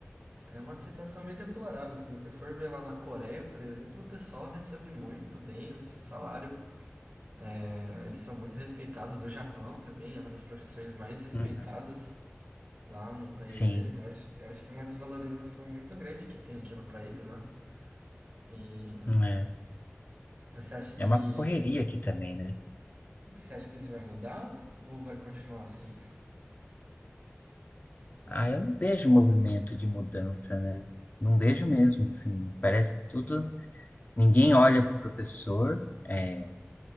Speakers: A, on the right; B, on the left.
A: É uma situação meio deplorável. Se você for ver lá na Coreia, por exemplo, o pessoal recebe muito bem o salário. É, eles são muito respeitados. No Japão também, é uma das profissões mais respeitadas
B: uhum,
A: lá no país
B: sim,
A: deles. Eu acho, eu acho que é uma desvalorização muito grande que tem aqui no país, né? E
B: é.
A: você acha que,
B: É uma correria aqui também, né?
A: você acha que isso vai mudar ou vai continuar assim?
B: Ah, eu não vejo movimento de mudança, né? Não vejo mesmo, assim. Parece que tudo. Ninguém olha para o professor, é,